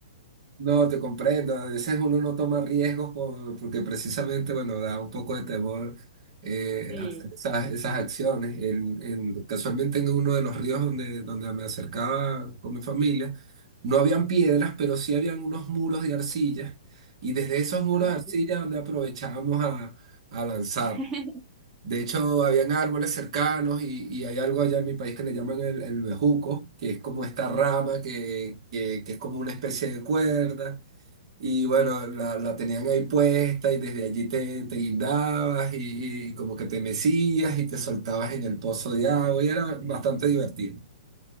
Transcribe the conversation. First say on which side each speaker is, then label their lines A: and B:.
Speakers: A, on the right; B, on the right.
A: No, te comprendo. A veces uno no toma riesgos por- porque precisamente, bueno, da un poco de temor eh,
B: Sí.
A: hacer esas, esas acciones. En, en- casualmente en uno de los ríos donde, donde me acercaba con mi familia, no habían piedras, pero sí habían unos muros de arcilla. Y desde esos muros
B: Ah,
A: de arcilla
B: sí.
A: donde aprovechábamos a, a lanzarnos.
B: <laughs>
A: De hecho, habían árboles cercanos y, y hay algo allá en mi país que le llaman el, el bejuco, que es como esta rama que, que- que es como una especie de cuerda. Y bueno, la, la tenían ahí puesta y desde allí te, te guindabas y, y como que te mecías y te soltabas en el pozo de agua y era bastante divertido.